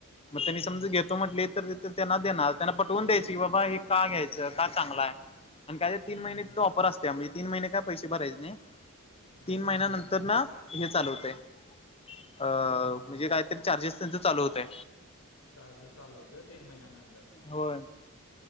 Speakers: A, on the left; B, on the left.
A: मगं त्यांनी
B: हम्म,
A: समजावून घेतो
B: हम्म,
A: म्हटंली तरं त्यांना देणारं त्यांना पटवूंन द्यायचे की बाबां हे कां घ्यायचे कां चांगला आहे आणि कायं
B: हम्म,
A: तीनं महिने ते ऑफर असते म्हणजे तीनं महिने कायं पैसे भरांयचे नाहीं. तीनं
B: हम्म,
A: महिन्या
B: हम्म.
A: नंतर नां हे चालू होते आहे अं
B: हा
A: म्हणजे कायंतरी तुझं चालू होतय.
B: चार्जेस चालू होतय तीन महिन्यानंतर
A: होय